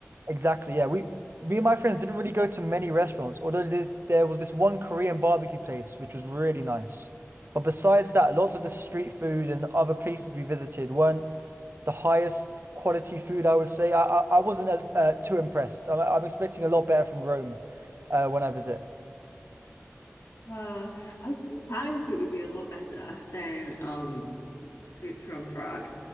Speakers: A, on the right; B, on the left.
A: Exactly, yeah. We, me and my friends didn't really go to many restaurants, although there's, there was this one Korean barbecue place which was really nice. But besides that, lots of the street food and other places we visited weren't the highest quality food, I would say. I, I, I wasn't as, uh, too impressed. I'm, I'm expecting a lot better from Rome uh, when I visit.
B: Uh, I, think Italian food would be a lot better than um food from Prague.